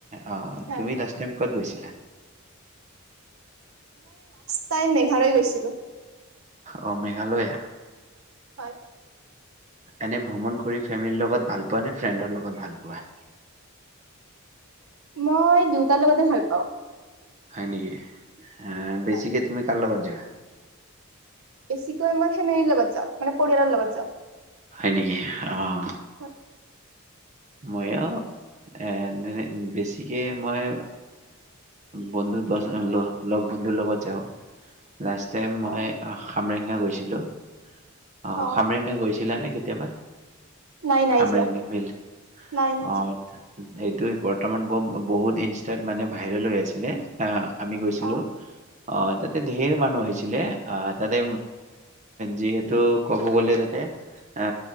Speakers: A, on the right (about 35°); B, on the right (about 75°).
A: অঁ
B: হয়
A: তুমি লাষ্ট টাইম ক'ত গৈছিলা?
B: তাই মেঘালয় গৈছিলো
A: অঁ মেঘালয়
B: হয়
A: এনে ভ্ৰমণ কৰি ফেমিলিৰ লগত ভাল পোৱা নে ফ্ৰেণ্ডৰ লগত ভাল পোৱা?
B: মই দুইটাৰ লগতে ভাল পাওঁ
A: হয় নেকি হ বেছিকৈ
B: হয়
A: তুমি কাৰলগত যোৱা?
B: বেছিকৈ আমাৰ ফেমেলিৰ লগত যাওঁ মানে পৰিয়ালৰ লগত যাওঁ
A: হয় নেকি অঁ
B: হয়
A: মইো এ বেছিকে মই বন্ধু দহ লগ বন্ধুৰ লগত যাওঁ লাষ্ট টাইম মই
B: অ
A: খামৰেঙা গৈছিলো অঁ
B: অ
A: খামৰেংকা গৈছিলা নে কেতিয়াবা
B: নাই নাই
A: খামৰেিং
B: যোৱা
A: বিল
B: নাই নাই
A: অঁ
B: যোৱা
A: এইটো বৰ্তমান বহুত ইনষ্টাত মানে ভাইৰেল হৈ আছিলে আমি গৈছিলো
B: অ
A: অঁ তাতে ধঢে মানুহ আহিছিলে অ তাতে যিহেতু ক'ব গলে তাতে অ